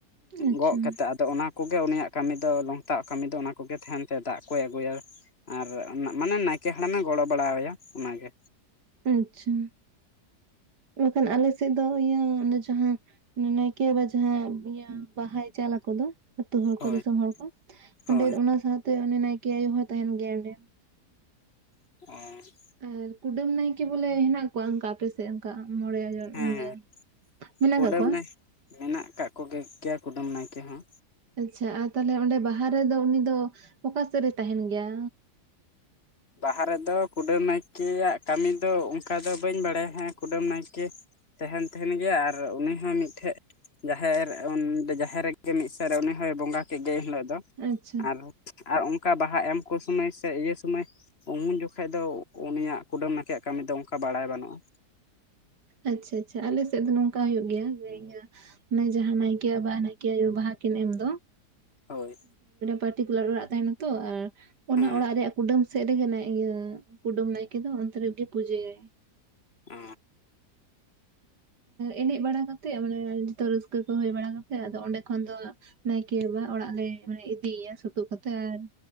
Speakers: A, on the right; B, on the left.
A: ᱟᱪᱪᱷᱟ
B: ᱜᱚᱜ ᱠᱟᱛᱮᱫ ᱾ ᱟᱫᱚ ᱚᱱᱟ ᱠᱚᱜᱮ ᱩᱱᱤᱭᱟᱜ ᱠᱟᱹᱢᱤ ᱫᱚ ᱞᱚᱝᱛᱟᱣᱟ ᱠᱟᱹᱢᱤ ᱫᱚ ᱚᱱᱟ ᱠᱚᱜᱮ ᱛᱟᱦᱮᱱ ᱛᱮ ᱫᱟᱜ ᱠᱚᱭ ᱟᱹᱜᱩᱭᱟ ᱾ ᱟᱨ ᱢᱟᱱᱮ ᱱᱟᱭᱠᱮ ᱦᱟᱲᱟᱢ ᱮ ᱜᱚᱲᱚ ᱵᱟᱲᱟᱭᱟ ᱚᱱᱟᱜᱮ᱾
A: ᱟᱪᱪᱷᱟ ᱢᱮᱱᱠᱷᱟᱱ ᱟᱞᱮ ᱥᱮᱫ ᱫᱚ ᱤᱭᱟᱹ ᱡᱟᱦᱟᱸ ᱱᱟᱭᱠᱮ ᱵᱟᱵᱟ ᱡᱟᱦᱟᱸ ᱤᱭᱟᱹ ᱵᱟᱦᱟᱭ ᱪᱟᱞ ᱟᱡᱚ ᱫᱚ ᱟᱹᱛᱳ ᱦᱚᱲ
B: ᱦᱳᱭ
A: ᱠᱚ ᱫᱤᱥᱚᱢ ᱦᱚᱲ ᱠᱚ ᱚᱸᱰᱮ
B: ᱦᱳᱭ
A: ᱚᱱᱟ ᱥᱟᱶᱛᱮ ᱩᱱᱤ ᱱᱟᱭᱠᱮ ᱟᱭᱳ ᱦᱚᱭ ᱛᱟᱦᱮᱱ ᱜᱮᱭᱟ ᱚᱸᱰᱮ᱾
B: <unintelligible>
A: ᱟᱨ ᱠᱩᱰᱟᱹᱢ ᱱᱟᱭᱠᱮ ᱵᱚᱞᱮ ᱦᱮᱱᱟᱜ ᱠᱚᱣᱟ ᱚᱱᱠᱟ ᱟᱯᱮ ᱥᱮᱫ ᱚᱱᱠᱟ ᱢᱚᱬᱮ
B: ᱦᱮᱸ
A: ᱤᱭᱟᱹ ᱢᱮᱱᱟᱜ
B: ᱠᱩᱰᱟᱹᱢ
A: ᱠᱟᱜ ᱠᱚᱣᱟ?
B: ᱱᱟᱭ ᱢᱮᱱᱟᱜ ᱟᱠᱟᱜ ᱠᱚᱜᱮ ᱜᱮᱭᱟ ᱠᱩᱰᱟᱹᱢ ᱱᱟᱭᱠᱮ ᱦᱚᱸ᱾
A: ᱟᱪᱪᱷᱟ ᱟᱨ ᱛᱟᱦᱚᱞᱮ ᱚᱸᱰᱮ ᱵᱟᱦᱟ ᱨᱮᱫᱚ ᱩᱱᱤ ᱫᱚ ᱚᱠᱟ ᱥᱮᱫ ᱨᱮᱭ ᱛᱟᱦᱮᱱ ᱜᱮᱭᱟ?
B: ᱵᱟᱦᱟ ᱨᱮᱫᱚ ᱠᱩᱰᱟᱹᱢ ᱱᱟᱭᱠᱮᱭᱟᱜ ᱠᱟᱹᱢᱤ ᱫᱚ ᱚᱱᱠᱟ ᱫᱚ ᱵᱟᱹᱧ ᱵᱟᱲᱟᱭᱟ ᱦᱮᱸ ᱠᱩᱰᱟᱹᱢ ᱱᱟᱭᱠᱮ ᱛᱟᱦᱮᱱ ᱛᱟᱦᱮᱸ ᱜᱮᱭᱟ ᱟᱨ ᱩᱱᱤ ᱦᱚᱸ ᱢᱤᱫᱴᱷᱮᱡ ᱡᱟᱦᱮᱨ ᱚᱸᱰᱮ ᱡᱟᱦᱮᱨ ᱨᱮᱜᱮ ᱢᱤᱫ ᱥᱮᱫᱽ ᱨᱮ ᱩᱱᱤ ᱦᱚᱭ ᱵᱚᱸᱜᱟ ᱠᱮᱫ ᱜᱮ ᱮᱱᱦᱤᱞᱳᱜ ᱫᱚ᱾
A: ᱟᱪᱪᱷᱟ
B: ᱟᱨ ᱟᱨ ᱚᱱᱠᱟ ᱵᱟᱦᱟ ᱮᱢ ᱠᱚ ᱥᱚᱢᱚᱭ ᱥᱮ ᱤᱭᱟᱹ ᱥᱚᱢᱚᱭ ᱩᱱ ᱡᱚᱠᱷᱟᱡ ᱫᱚ ᱩᱱᱤᱭᱟᱜ ᱠᱩᱰᱟᱹᱢ ᱱᱟᱠᱮᱭᱟᱜ ᱠᱟᱹᱢᱤ ᱫᱚ ᱚᱱᱠᱟ ᱵᱟᱲᱟᱭ ᱵᱟᱹᱱᱩᱜ-ᱟ᱾
A: ᱟᱪᱪᱷᱟ ᱟᱪᱪᱷᱟ ᱟᱞᱮ ᱥᱮᱫ ᱫᱚ ᱱᱚᱝᱠᱟ ᱦᱩᱭᱩᱜ ᱜᱮᱭᱟ ᱡᱮ ᱤᱭᱟᱹ ᱚᱱᱟ ᱡᱟᱦᱟᱸ ᱱᱟᱭᱠᱮ ᱵᱟᱵᱟ ᱱᱟᱭᱠᱮ ᱟᱭᱳ ᱵᱟᱦᱟ ᱠᱤᱱ ᱮᱢ ᱫᱚ
B: ᱦᱳᱭ,
A: ᱯᱟᱨᱴᱤᱠᱩᱞᱟᱨ ᱚᱲᱟᱜ ᱛᱟᱦᱮᱱᱟ ᱛᱚ ᱟᱨ ᱚᱱᱟ
B: ᱦᱮᱸ
A: ᱚᱲᱟᱜ ᱨᱮᱭᱟᱜ ᱠᱩᱰᱟᱹᱢ, ᱥᱮᱫ ᱨᱮᱜᱮ ᱱᱮ ᱤᱭᱟᱹ ᱠᱩᱰᱟᱹᱢ ᱱᱟᱭᱠᱮ ᱫᱚ ᱚᱱᱛᱮ ᱨᱮᱜᱮ ᱯᱩᱡᱟᱹᱭᱟᱭ,
B: ᱚᱻ,
A: ᱮᱱᱮᱡ ᱵᱟᱲᱟ ᱠᱟᱛᱮᱫ ᱢᱟᱱᱮ ᱡᱚᱛᱚ ᱨᱟᱹᱥᱠᱟᱹ ᱠᱚ ᱦᱳᱭ ᱵᱟᱲᱟ ᱠᱟᱛᱮᱜ ᱟᱫᱚ ᱚᱸᱰᱮ ᱠᱷᱚᱱ ᱫᱚ ᱱᱟᱭᱠᱮ ᱵᱟᱵᱟ ᱚᱲᱟᱜ ᱞᱮ ᱤᱫᱤᱭᱮᱭᱟ ᱥᱳᱛᱳᱜ ᱠᱟᱛᱮ ᱟᱨ